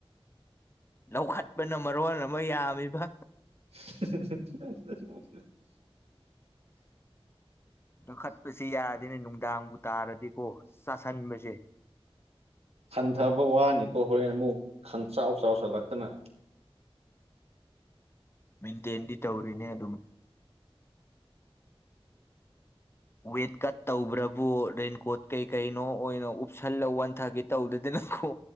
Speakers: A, on the left (about 25°); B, on the right (about 85°).
A: ꯂꯧꯈꯠꯄꯅ ꯃꯔꯣꯟ ꯑꯃ ꯌꯥꯝꯃꯤꯕ
B: ꯦ <unintelligible>
A: ꯂꯧꯈꯠꯄꯁꯦ ꯌꯥꯗꯦꯅꯦ ꯅꯨꯡꯗꯥꯡꯕꯨ ꯇꯥꯔꯗꯤꯀꯣ ꯆꯥꯁꯟꯕꯁꯦ
B: ꯍꯟꯊꯕ ꯋꯥꯅꯤꯀꯣ ꯍꯣꯔꯦꯟ ꯑꯃꯨꯛ ꯈꯪꯆꯥꯎ ꯆꯥꯎꯁꯜꯂꯛꯇꯅ
A: ꯃꯦꯟꯇꯦꯟꯗꯤ ꯇꯧꯔꯤꯅꯦ ꯑꯗꯨꯝ ꯋꯦꯠ ꯀꯠ ꯇꯧꯕ꯭ꯔꯕꯨ ꯔꯦꯟꯀꯣꯠ ꯀꯩ ꯀꯩꯅꯣ ꯑꯣꯏꯅ ꯎꯞꯁꯜꯂ ꯋꯥꯟ ꯊꯥꯒꯤ ꯇꯧꯗꯅꯀꯣ